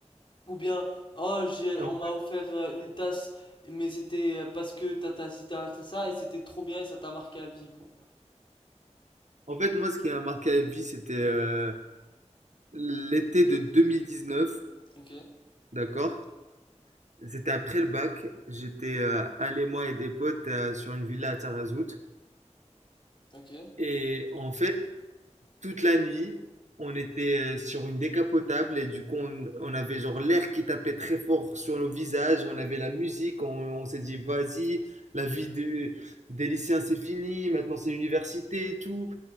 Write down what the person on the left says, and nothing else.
Ou bien, oh, j'ai,
on m'a offert euh, une tasse, mais c'était euh, parce que t'as t'as ci, t'as t'as ça, et c'était trop bien, et ça t'a marqué à vie, quoi.
Ok,
ok.